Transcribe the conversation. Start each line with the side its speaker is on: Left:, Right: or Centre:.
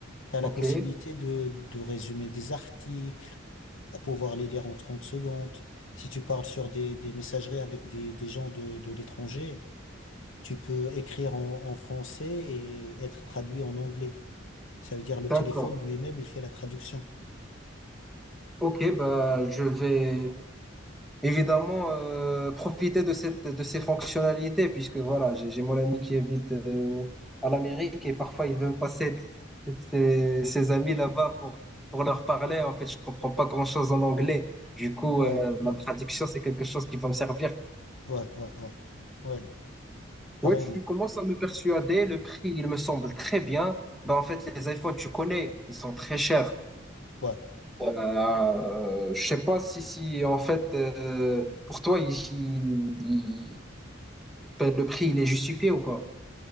Left: Tu as
Centre: ok,
Left: la possibilité de, de résumer des articles pour pouvoir les lire en 30 secondes. Si tu parles sur des, des messageries avec des, des gens de, de l'étranger, tu peux écrire en, en français et être traduit en anglais. Ça veut dire le
Centre: d'accord.
Left: téléphone lui-même, il fait la traduction.
Centre: Ok, bah, je vais. Évidemment, euh, profiter de cette, de ces fonctionnalités, puisque voilà, j'ai j'ai mon ami qui habite euh, à l'Amérique et parfois il veut passer ses, ses amis là-bas pour, pour leur parler. En fait, je comprends pas grand-chose en anglais. Du coup,
Left: Ouais,
Centre: euh, la
Left: ouais,
Centre: traduction, c'est quelque chose qui va me servir.
Left: ouais, ouais, ouais, ouais, carrément.
Centre: Oui, tu commences à me persuader. Le prix, il me semble très bien. Ben, en fait, les iPhones, tu connais, ils sont très chers.
Left: Ouais.
Centre: Euh, je sais pas si, si en fait, euh, pour toi, il, il- Ben, le prix, il est justifié ou pas?